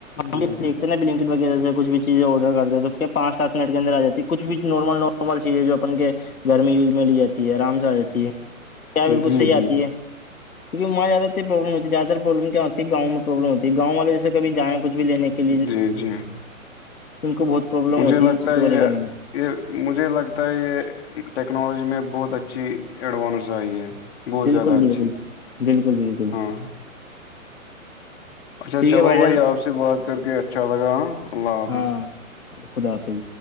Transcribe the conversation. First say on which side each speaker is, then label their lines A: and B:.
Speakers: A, on the left (about 50°); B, on the left (about 85°).
A: جی
B: دیکھتے نا بلکٹ وغیرہ سے کچھ بھی چیز آرڈر کرتے تو پانچ سات منٹ کے اندر آ جاتی ہے کچھ بھی نارمل نارمل چیزیں جو اپن کے گھر میں یوز میں لی جاتی ہے آرام سے آ جاتی ہے کیا بالکل
A: جی
B: صحیح
A: جی
B: آتی ہے کیونکہ میںدہ پرلم ہو زدہ پرلم گاؤں میں پروبلم ہوتی ہے گاؤں والے جیسے کبھی جائیں کچھ بھی لینے کے لیے
A: جی جی
B: ان کو بہت پروبلم
A: مجھے
B: ہوتی
A: لگتا
B: ان چیزوں
A: ہے
B: کو
A: یہ
B: لے کرنے میں
A: یہ مجھے لگتا ہے یہ ٹیکنالوجی میں بہت اچھی ایڈوانس آئی ہے بہت
B: بالکل
A: زیادہ اچھی
B: بالکل بالکل بالکل
A: ہاں اچھا
B: ٹھیک
A: چلو
B: ہے
A: بھائی
B: جان
A: آپ سے بات کر کے اچھا لگا اللہ حافظ
B: ہاں خدا حافظ